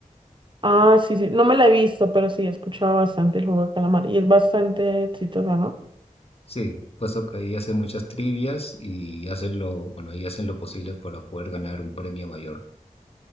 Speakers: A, on the right; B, on the left.
A: Ah, sí, sí. No me la he visto, pero sí he escuchado bastante el juego de calamar. Y es bastante exitosa, ¿no?
B: Sí, puesto que ahí hacen muchas trivias y hacen lo, bueno, ahí hacen lo posible para poder ganar un premio mayor.